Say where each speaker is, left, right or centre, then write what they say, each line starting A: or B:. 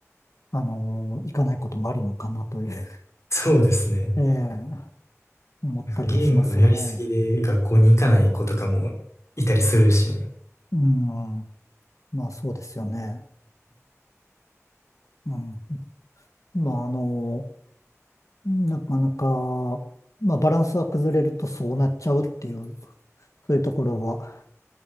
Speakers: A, on the left; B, on the left.
A: あのーいかないこともあるのかなという、
B: そうですね。
A: <laughs> ええ思ったりはしますよね。
B: なんかゲームのやりすぎで学校に行かない子とかもいたりするしね。
A: うん、まあそうですよね。うん、まああのーなかなか、まあバランスが崩れるとそうなっちゃうっていう、そういうところは